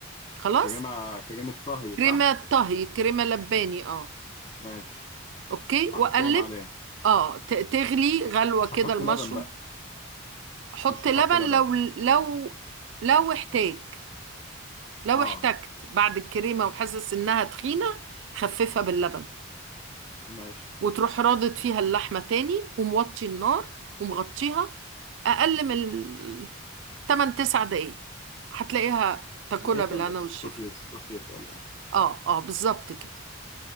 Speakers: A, on the right (about 60°); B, on the left (about 25°).
A: خلاص
B: كريمه كريمه طهي
A: كريمة
B: صح
A: طهي كريمة لباني اه
B: ماشي
A: اوكي
B: احطهم
A: وقلب
B: عليه
A: اه ت- تغلي غلوة
B: مش
A: كده
B: هحط
A: المشروم
B: لبن بقى
A: حط
B: مش هحط
A: لبن
B: لبن
A: لو لو لو احتاج لو
B: اه
A: احتجت بعد الكريمة وحاسس انها تخينة خففها باللبن
B: ماشي
A: وتروح رادد فيها اللحمة تاني وموطي النار ومغطيها أقل من ال- 8 9 دقايق هتلاقيها تاكلها
B: يتقل
A: بالهنا
B: بس
A: والشفا
B: الصوت الصوص يتقل يعني
A: اه اه بالظبط كده